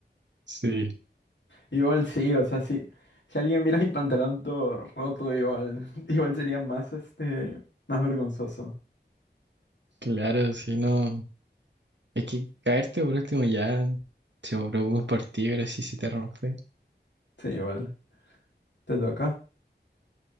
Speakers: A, on the right; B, on the left.
A: Sí,
B: Igual sí, o sea, si, si alguien viera mi pantalón todo roto, igual, <laughs> igual sería más, este, más vergonzoso.
A: claro, si no. Es que caerte por último ya, si vos preocupas por un partido, pero si se te rompe.
B: Sí, igual. Te toca.